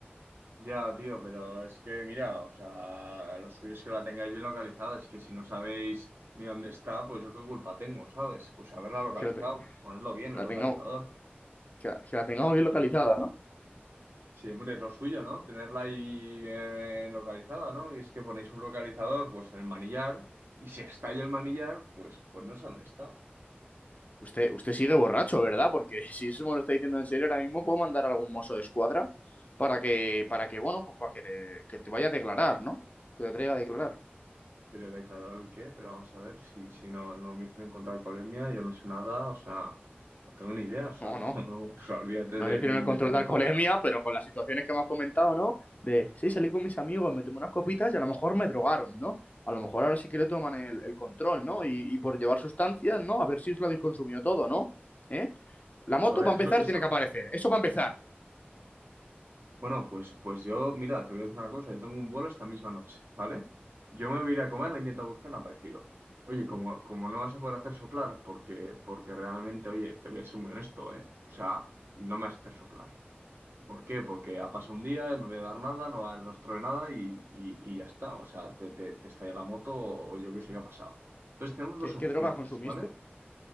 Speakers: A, on the right (about 70°); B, on the left (about 40°).
A: Ya, tío, pero es que, mira, o sea, lo suyo es que la tengáis bien localizada. Es que si no sabéis ni dónde está, pues yo qué culpa tengo, ¿sabes? Pues haberla localizado,
B: Que, la te-
A: pues ponerlo
B: que
A: bien, el
B: la
A: localizador.
B: tengamos. Que, la que la tengamos bien localizada, ¿no?
A: Sí, hombre, es lo suyo, ¿no? Tenerla ahí bien localizada, ¿no? Y es que ponéis un localizador, pues en el manillar, y si está ahí el manillar, pues, pues no sé dónde está.
B: Usted, usted sigue borracho, ¿verdad? Porque <laughs> si eso me lo está diciendo en serio, ahora mismo puedo mandar a algún mozo de escuadra para que, para que, bueno, pues para que, le- que te vaya a declarar, ¿no? Que te traiga a declarar.
A: Pero declarar el qué, pero vamos a ver si, si no, no me hicieron encontrar polemia, yo no sé nada, o sea, no tengo ni idea, o sea,
B: No,
A: <laughs> no,
B: no.
A: no, o sea, olvídate
B: No
A: de,
B: le hicieron
A: de
B: el
A: intentar
B: control de
A: empapelar.
B: alcoholemia, <laughs> pero con las situaciones que hemos comentado, ¿no? De, sí, salí con mis amigos, me tomé unas copitas y a lo mejor me drogaron, ¿no? A lo mejor ahora sí que le toman el, el control, ¿no? Y, y por llevar sustancias, ¿no? A ver si os lo habéis consumido todo, ¿no? ¿Eh? La moto,
A: A ver,
B: para
A: eso,
B: empezar,
A: eso,
B: tiene que aparecer. Eso para empezar.
A: bueno, pues, pues yo, mira, te voy a decir una cosa, yo tengo un vuelo esta misma noche, ¿vale? Yo me voy a ir a comer, la intento buscar, no ha aparecido. Oye, como, como no vas a poder hacer soplar, porque, porque realmente, oye, te voy a ser muy honesto, ¿eh? O sea, no me vas a hacer soplar. ¿Por qué? Porque ha pasado un día, no voy a dar nada, no va a dar rastro de nada y, y- y ya está. O sea, te, te, te estalla la moto o yo qué sé qué ha pasado. Entonces tenemos
B: ¿Qué,
A: dos opciones,
B: qué drogas consumiste?
A: ¿vale?